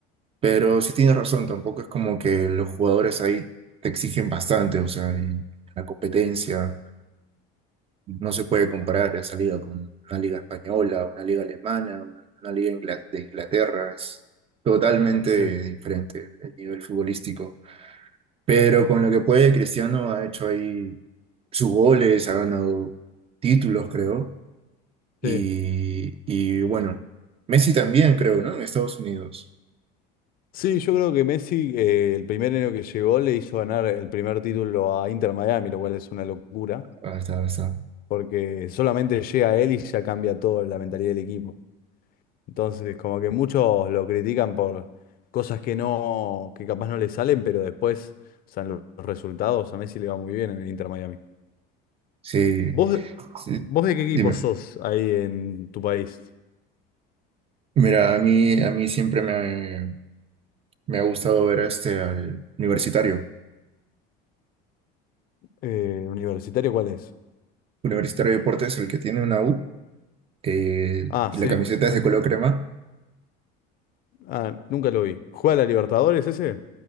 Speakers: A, on the right (about 30°); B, on the left (about 45°).
A: Pero sí tienes razón, tampoco es como que los jugadores ahí te exigen bastante, o sea, en la competencia no se puede comparar esa liga con una liga española, una liga alemana, una liga ingla- de Inglaterra, es totalmente
B: Sí.
A: diferente el nivel futbolístico. Pero con lo que puede, Cristiano ha hecho ahí sus goles, ha ganado títulos, creo, y,
B: Sí.
A: y bueno, Messi también, creo, ¿no? En Estados Unidos.
B: Sí, yo creo que Messi, eh, el primer año que llegó, le hizo ganar el primer título a Inter Miami, lo cual es una locura,
A: Hasta, hasta.
B: porque solamente llega él y ya cambia todo la mentalidad del equipo. Entonces, como que muchos lo critican por cosas que no, que capaz no le salen, pero después, o sea, en los los resultados a Messi le va muy bien en el Inter Miami.
A: Sí,
B: ¿Vos,
A: Sí,
B: vos de qué equipo
A: dime.
B: sos ahí en tu país?
A: Mira, a mí, a mí siempre me, me ha gustado ver este al universitario.
B: Eh, ¿universitario cuál es?
A: Universitario de Deportes, el que tiene una U, eh,
B: Ah,
A: y
B: sí.
A: la camiseta es de color crema.
B: Ah, nunca lo vi. ¿Juega la Libertadores ese?